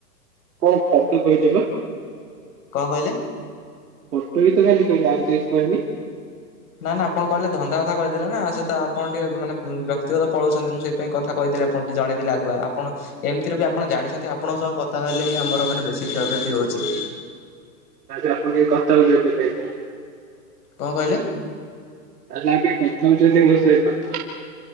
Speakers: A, on the right; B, on the left.
A: କଣ ଫଟୋ କହିଲିପା <unintelligible>
B: କଣ କହିଲେ?
A: ଆଉ କିଛି ତ କହିନି।
B: ନା ନା ଆପଣ କହିଲେ ଧନ୍ଦା କଥା କହିଦେଲେ ନା ସେ ତ ଆପଣ ଟିକେ ମାନେ ବ୍ୟକ୍ତିଗତ ପଳଉଛନ୍ତି ମୁଁ ସେ ପାଇଁ କଥା କହିଦେଲି ଆପଣକୁ ଜଣେଇଦଲେ ଆଗୁଆ। ଆପଣ ଏମିତିରେ ବି ଆପଣ ଜାଣିଛନ୍ତି ଆପଣଙ୍କ ସହ କଥା ହେଲେ ହିଁ ଆମର ମାନେ ବେଶୀ କ୍ଷୟକ୍ଷତି ହେଉଚି ତ
A: ଆ ଆପଣ କେହି କଥା ହଉଛନ୍ତିି କହିଲେ
B: କଣ କହିଲେ?
A: ତାହାଲେ ଆଉ କାଇଁ କଥା ହଉଛନ୍ତି ମୋ ସହିତ।